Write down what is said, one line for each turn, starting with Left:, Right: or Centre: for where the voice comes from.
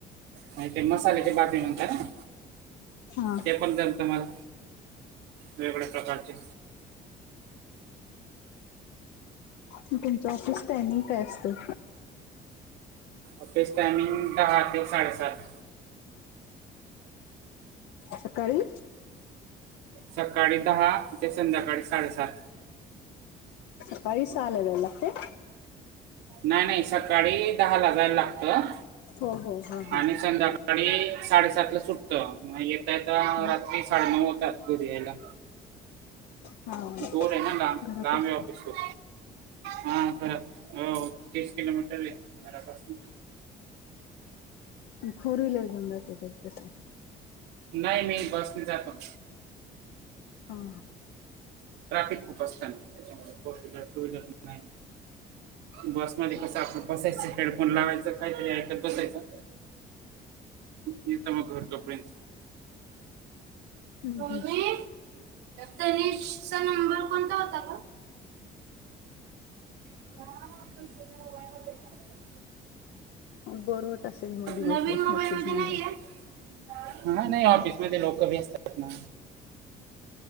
Right: नाही ते मसाल्याची बाटी म्हणता ना?
Left: हा
Right: ते पण जमत मला. वेगळ्या प्रकारचे.
Left: तुमचं ऑफिस टायमिंग काय असतं?
Right: ऑफिस टायमिंग दहा ते साडेसात.
Left: सकाळी?
Right: सकाळी दहा ते संध्याकाळी साडेसात.
Left: सकाळी सहा ला जाय लागतय?
Right: नाही नाही सकाळी दहा ला जायला लागत.
Left: हो हो हा हा.
Right: आणि संध्याकाळी -- सकाळी साडेसात ला सुटतं म येता येता
Left: हो
Right: रात्री साडेनऊ होतात घरी यायला.
Left: हा
Right: दुर आहे ना लांब,
Left: घरापासून
Right: लांब आहे ऑफिस खुप हा घरा हो तीस किलोमीटर आहे घरापासन.
Left: फोर व्हीलर घेऊन जाताय की कस?
Right: नाही नाही बसने जातो.
Left: हा
Right: ट्राफिक खूप असतं ना त्याच्यामुळे फोर व्हीलर टू व्हीलर नाही. बसमध्ये कसं आपलं बसायचं. हेडफोन लावायचं. काहीतरी ऐकत बसायचं. येतं म घर तोपर्यंत.
Left: हम्म
Right: मम्मी
Left: हम्म
Right: तनीश चा नंबर कोणता होता ग? <unintelligible>
Left: बर बोर होत असेल मग दिवसभर
Right: नवीन मोबाईल
Left: ऑफिस
Right: मध्ये
Left: म्हणल्यावर.
Right: नाहीयय? हा नाही ऑफिस मध्ये लोकं बी असतात ना?